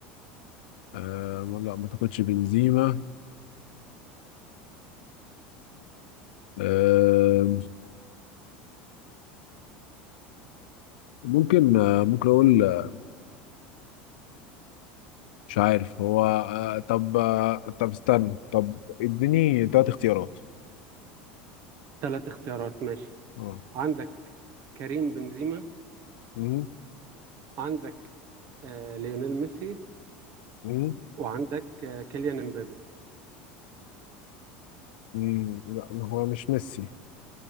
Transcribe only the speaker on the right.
ثلاث اختيارات ماشي
عندك كريم بنزيما
عندك آه ليونيل ميسي
وعندك آه كيليان امبابي